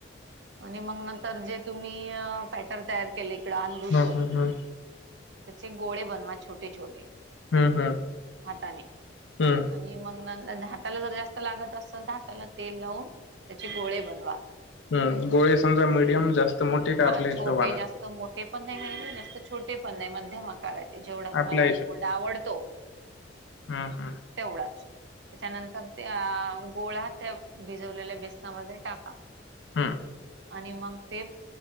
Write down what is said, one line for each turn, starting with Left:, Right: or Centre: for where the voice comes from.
Right: आणि मग नंतर जे तुम्ही पॅटर तयार केलंय इकडं आलूच
Left: हं,
Right: त्याचे
Left: हं, हं.
Right: गोळे बनवा छोटे-छोटे
Left: हं, हं.
Right: हाताने
Left: हं,
Right: आणि आणि मग नंतर हाताला जर जास्त लागत असेल, तर हाताला तेल लावून त्याचे गोळे बनवा.
Left: हम्म गोळे समजा मिडियम जास्त मोठे का
Right: हा
Left: आपल्या
Right: छोटे
Left: हिशोबानं?
Right: जास्त मोठे पण नाही घ्यायचं जास्त छोटे पण नाही मध्यम आ करायचे, जेवढा तुम्हाला
Left: आपल्या
Right: आलूगोंडा आवडतो
Left: हम्म, हम्म.
Right: तेवढाच. त्याच्यानंतर त्या गोळा त्या भिजवलेल्या बेसनामध्ये टाका.
Left: हम्म.
Right: आणि मग ते